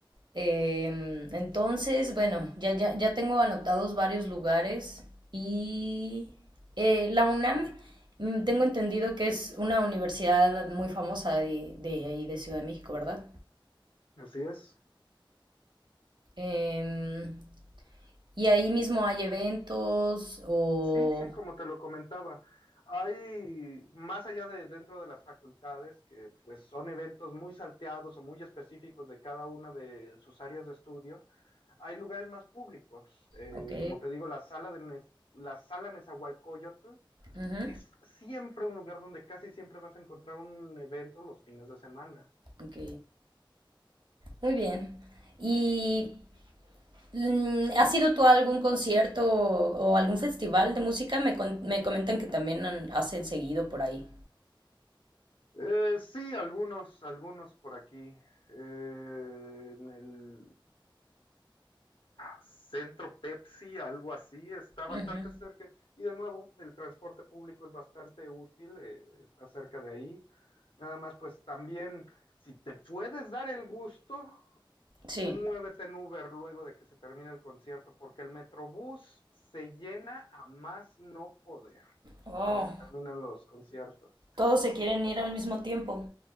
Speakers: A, on the right (about 60°); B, on the left (about 75°).
A: Em, entonces, bueno, ya, ya, ya tengo anotados varios lugares y eh, la UNAM, mm, tengo entendido que es una universidad muy famosa de, de ahí, de Ciudad de México, ¿verdad?
B: Así es.
A: Em, y ahí mismo hay eventos o...
B: Sí, sí, como te lo comentaba. Hay, más allá de dentro de las facultades, que pues son eventos muy salteados o muy específicos de cada una de sus áreas de estudio, hay lugares más públicos. Eh,
A: Ok.
B: como te digo, la sala de Nez- la sala Nezahualcóyotl
A: ujú,
B: es siempre un lugar donde casi siempre vas a encontrar un evento los fines de semana.
A: ok. Muy bien. Y Mm, ¿Has ido tú a algún concierto o, o algún festival de música? Me, con- me comentan que también han- hacen seguido por ahí.
B: Eh, sí, algunos, algunos por aquí. Eh, en el centro Pepsi, algo así, está bastante
A: Ujú.
B: cerca. Y de nuevo, el transporte público es bastante útil, eh, está cerca de ahí. Nada más, pues también, si te puedes dar el gusto,
A: Sí.
B: Muévete en Uber luego de que se termine el concierto, porque el Metrobús se llena a más no poder
A: Oh,
B: cuando se terminan los conciertos.
A: todos se quieren ir al mismo tiempo.